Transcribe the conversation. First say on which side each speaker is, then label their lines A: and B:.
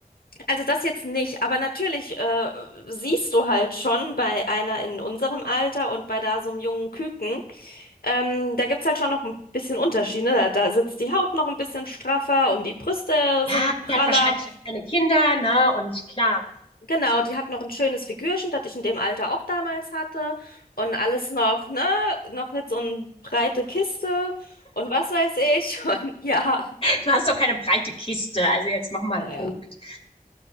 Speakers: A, on the left (about 80°); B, on the left (about 40°).
A: also das jetzt nicht, aber natürlich äh, siehst du halt schon bei einer in unserem Alter und bei da so einem jungen Küken, ähm, da gibt's halt schon noch ein bisschen Unterschiede. Da, da sitzt die Haut noch ein bisschen straffer und die Brüste
B: Ja,
A: sind praller.
B: die hat wahrscheinlich jetzt keine Kinder, ne? Und klar,
A: Genau, die hat noch ein schönes Figürchen, das ich in dem Alter auch damals hatte und alles noch, ne, noch nicht so eine breite Kiste und was weiß ich <laughs> und ja,
B: du hast doch keine breite Kiste. Also jetzt mach mal einen
A: naja.
B: Punkt.